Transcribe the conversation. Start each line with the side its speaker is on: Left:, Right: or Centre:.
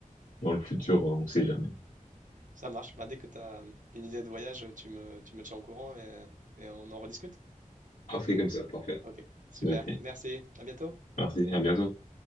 Left: dans le futur, on sait jamais.
Right: Ça marche. Bah, dès que tu as une idée de voyage, tu me, tu me tiens au courant et, et on en rediscute.
Left: Ah, on fait comme ça, parfait.
Right: Ok, super.
Left: Noté.
Right: Merci. À bientôt.
Left: Merci, à bientôt.